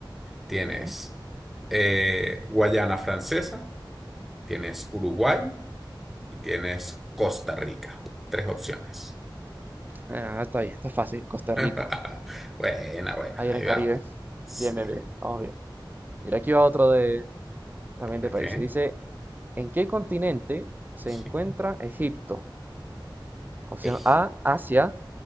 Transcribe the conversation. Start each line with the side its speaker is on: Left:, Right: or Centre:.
Centre: Tienes
Right: ¿Ya?
Centre: eh, Guayana Francesa, tienes Uruguay y tienes Costa Rica. Tres opciones.
Right: Ah, está bien, está fácil. Costa
Centre: <laughs>
Right: Rica,
Centre: Buena, buena,
Right: ahí
Centre: ahí
Right: era en Caribe.
Centre: va. Sí.
Right: Bien, bien, bien, vamos bien. Mira, aquí va otro de, también
Centre: Ok.
Right: de países. Dice, ¿en qué continente se
Centre: Sí.
Right: encuentra Egipto? Opción
Centre: Eji.
Right: A, Asia.